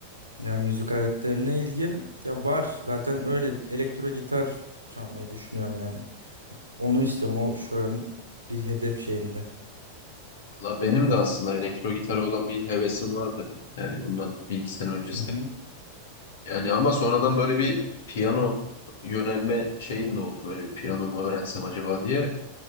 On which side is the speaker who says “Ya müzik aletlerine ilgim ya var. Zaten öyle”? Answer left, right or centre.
Right